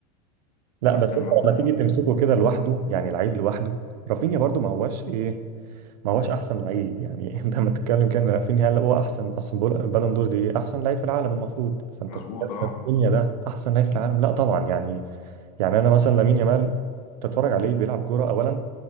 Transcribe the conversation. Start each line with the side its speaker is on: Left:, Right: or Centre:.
Right: لا
Left: نفس
Right: بس
Left: المجهود
Right: انت لما تيجي تمسكه كده لوحده يعني العيب لوحده رافينيا برضو ما هواش ايه ما هواش احسن لعيب يعني <laughs> انت لما تتكلم كان رافينيا هل هو احسن اصل بول- بالون دور دي احسن لعيب في العالم المفروض فانت
Left: مظبوط
Right: بتتكلم
Left: اه
Right: رافينيا ده احسن لعيب في العالم لا طبعا يعني يعني انا مثلا لامين يامال تتفرج عليه بيلعب كوره اولا